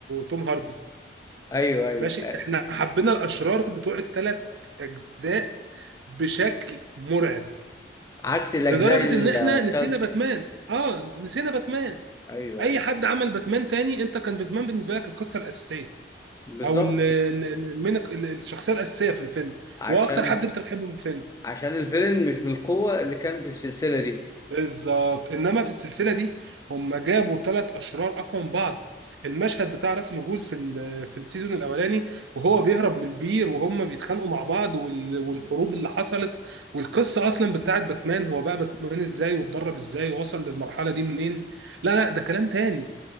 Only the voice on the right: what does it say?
توم هاردي
ماشي
احنا حبينا الاشرار بتوع الثلاث اجزاء بشكل مرعب
لدرجه
ان احنا نسينا باتمان اه نسينا باتمان
اي
حد عمل باتمان تاني انت كان باتمان بالنسبه لك القصه الاساسيه
او ال- ال- ال- المين- ال- الشخصيه الاساسيه في الفيلم
واكتر حد انت بتحبه في الفيلم
بالظبط انما في السلسله دي هم جابوا ثلاث اشرار اقوى من بعض المشهد بتاع راس الغول في ال- في السيزون الاولاني وهو بيهرب من البير وهم بيتخانقوا مع بعض وال- والحروب اللي حصلت والقصه اصلا بتاعت باتمان هو بقى باتمان ازاي واتدرب ازاي ووصل للمرحله دي منين لا لا ده كلام تاني